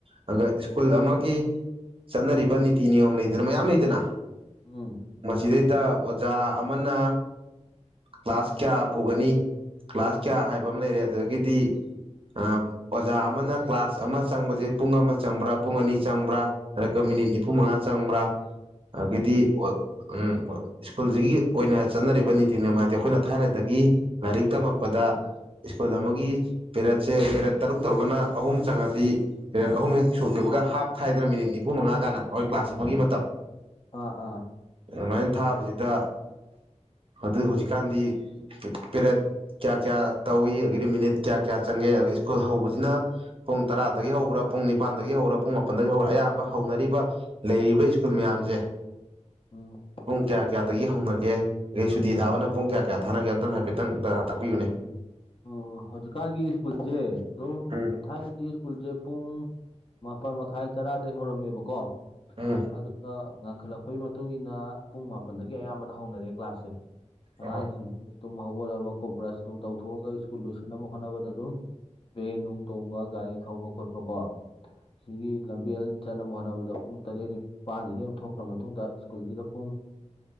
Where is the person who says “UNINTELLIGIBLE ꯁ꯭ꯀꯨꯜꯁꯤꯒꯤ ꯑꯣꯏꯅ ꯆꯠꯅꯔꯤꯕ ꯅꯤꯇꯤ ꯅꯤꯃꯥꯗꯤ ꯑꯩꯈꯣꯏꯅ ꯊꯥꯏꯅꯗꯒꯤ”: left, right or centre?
Right